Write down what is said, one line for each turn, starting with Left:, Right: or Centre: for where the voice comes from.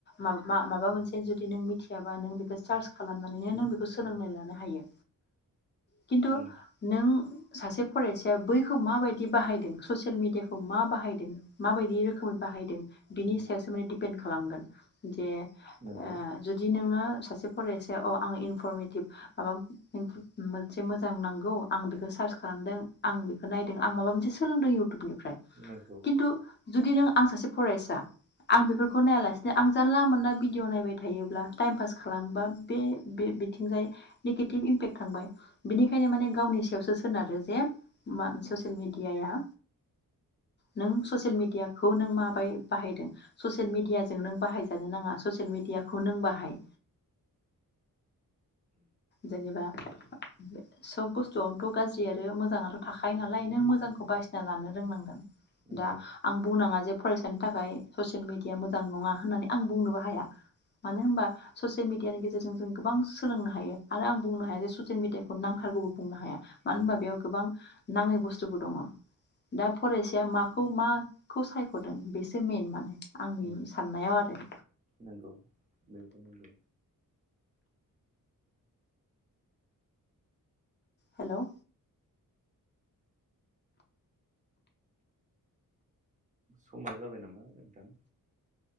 Left: मा माबा मोनसे जुदि नों मिथियाबा नों बेखौ सार्च खालामनानैनो नों बेखौ सोलोंनानै लानो हायो खिन्थु
Right: उम
Left: नों सासे फरायसाया बै बेखौ मााबायदि बाहायदों ससियेल मिडियाखौ मा बाहायदों माबायदि रोखोमै बाहायदों बिनि
Right: उम
Left: सायावसो माने दिपेन्ड खालामगोन जे
Right: नंगौ
Left: ओ जुदि नोङो सासे फरायसा औ आं इनफरमेटिभ माबा मोनसे मोजां नांगौ आं बेखौ सार्च खालामदों आं बेखौ नायदों आं माबा मोनसे सोलोंदों इउ थुबनिफ्राय
Right: नंगौ
Left: खिन्थु जुदि नों आं सासे फरायसा आं बेफोरखौ नायालासिनो आं जानला मोनला भिडिअ नायबाय थायोब्ला टाइम पास खालामोबा बे बे बिथिंजाय निगेटिभ इम्पेक्ट थांबाय बिनिखायनो माने गावनि सायाव सो सोनारो जे मा ससियेल मिडिया नों ससियेल मिडियाखौ नों माबै बाहायदों सयेल मिडियाजों नों बाहायजानो नाङा ससियेल मिडियाखौ नों बाहाय। जेनेबा सब बुस्थुआवनोथ' गाज्रि आरो मोजाङाथ' थाखायो नालाय नों मोजांखौ बासिना लानो रोंनांगोन।
Right: नंगौ
Left: दा आं बुंनाङा जे फरायसानि थाखाय ससियेल मेडिया मोजां नङा होननानै आं बुंनोबो हाया मानो होनबा ससियेल मिडियानि गेजेरजों जों गोबां सोलोंनो हायो। आरो आं बुंनो हाया जे ससियेल मिडियाखौ नांथारगौबो बुंनो हाया मानो
Right: उम
Left: होनबा बेयाव गोबां नाङै बुस्थुफोर दङ। दा फरायसाया माखौ माखौ सायख'दों बेसो मेन माने आंनि
Right: उम
Left: साननायाव आरो।
Right: नंगौ बेबो नंगौ
Left: हेल'
Right: समा जाबाय नामा नोंथां?